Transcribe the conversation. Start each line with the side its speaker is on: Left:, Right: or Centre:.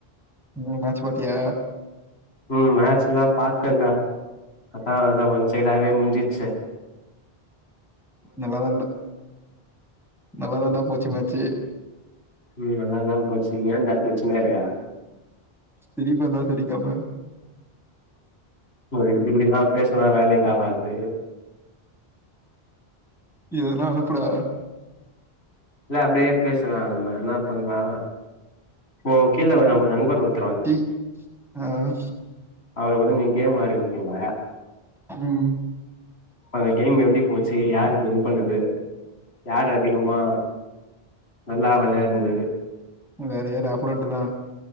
Centre: ம் மேட்ச் பத்தியா
Left: உம் மேட்சதா பார்த்தேன்டா அதா அதா ஒன் சைடவே முடிஞ்சிச்சே
Centre: நல்லா தண்ட நல்லா தண்டா போச்சி மேட்ச்சு
Left: உம் நல்லாதா போச்சு ஏன்டா சிரிச்சனா இருக்க
Centre: சிரிப்பு வந்த சிரக்காம
Left: ஒ இப்படிதா பேசலா வேலைக் காவாது
Centre: எதுனா அனுப்புடா
Left: இல்ல அப்படியே பேச லா நம்ம என்ன பண்ணலா ஓ கீழ ஒரு நம்ப நண்பர் ஒருத்
Centre: டி ஆஹ்
Left: அவரு கூட நீங் கேம் ஆடு அப்டிங்குவ
Centre: ம்
Left: அந்த கேம் எப்டி போச்சு யாருக்கு வின் பண்ணது யாரு அதிகமா நல்லா விளையாடுந்தது
Centre: வேற யார் ஆப்போனன்ட்டுதா